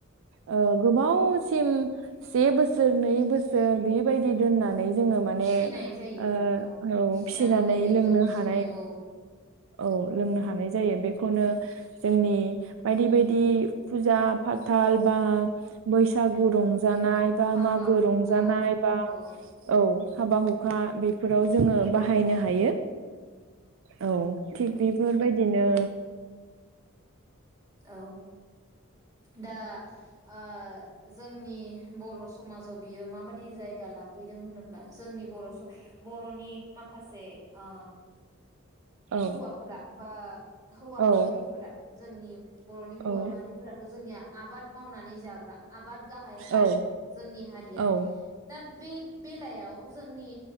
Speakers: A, on the right (about 65°); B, on the right (about 15°).
A: ओ गोबावसिम से बोसोर नै बोसोर बेबायदि दोननानै जोङो माने
B: फिसिनाय जायो
A: ओ औ
B: फिसिना
A: फिसिनानै
B: दोननाय जायो
A: लोंनो
B: जौ फिसिनाय
A: हानाय
B: औ
A: औ लोंनो हानाय जायो बेखौनो जोंनि बायदि बायदि फुजा फाथाल बा बैसागु रंजा रंजानाय बा
B: हाबा
A: मागो
B: हुखा
A: रंजानाय बा
B: औ
A: औ हाबा हुखा बेफोराव जोंङो बाहायनो
B: औ
A: हायो औ थिग बेफोरबायदिनो
B: औ दा ओ जोंनि बर समाजाव बियो माबादि जायगा लाफैदों होनोब्ला जोंनि बर स बरनि माखासे ओ
A: औ
B: हौवाफोरा बा हौवा
A: औ
B: माहारिफोरा जोंनि बरनि हौवा
A: औ
B: माहारिफोरा जोंनिया आबाद मावनानै जाग्रा आबाद गाहाय हारि
A: औ
B: जोंनि हारिया।
A: औ
B: दा बे बेलायाव जोंनि